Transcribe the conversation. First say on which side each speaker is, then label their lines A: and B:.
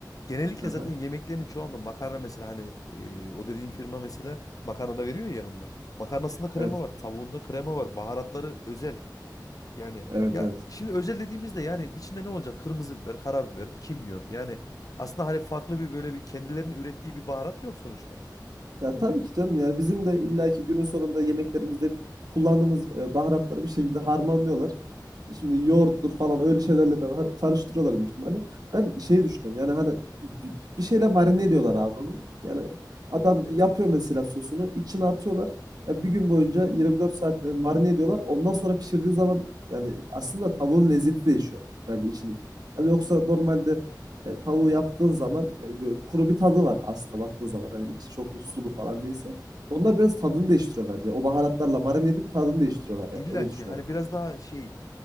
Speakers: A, on the left; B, on the right.
A: Genellikle
B: Aha.
A: zaten yemeklerin çoğunda makarna mesela hani e, o dediğin firma mesela makarna da veriyor ya yanında. Makarnasında krema
B: Evet.
A: var, tavuğunda krema var, baharatları özel. Yani
B: Evet
A: ya
B: evet.
A: şimdi özel dediğimizde yani içinde ne olacak? Kırmızı biber, karabiber, kimyon. Yani aslında hani farklı bir böyle bir kendilerinin ürettiği bir baharat yok sonuçta.
B: Ya
A: Değil
B: tabii
A: mi?
B: ki canım yani bizim de illaki günün sonunda yemeklerimizde hep kullandığımız e, baharatları bir şekilde harmanlıyorlar. Şimdi yoğurttur falan öyle şeylerle de har- karıştırıyorlar büyük ihtimalle. Ben şey düşünüyorum yani hani bir şeyle marine ediyorlar abi onu. Yani
A: Hı hı.
B: adam yapıyor mesela sosunu içine atıyorlar. Ya bir gün boyunca 24 saat e, marine ediyorlar. Ondan sonra pişirdiği zaman yani aslında tavuğun lezzeti değişiyor bence içindeki. Yani yoksa normalde e, tavuğu yaptığın zaman e, böyle kuru bir tadı var aslında baktığın zaman.
A: Hı
B: Hani
A: hı.
B: içi çok sulu falan değilse. Onlar biraz tadını değiştiriyor bence. O baharatlarla marine edip tadını değiştiriyorlar yani.
A: İlla
B: Öyle
A: ki
B: düşünüyorum.
A: hani biraz daha şey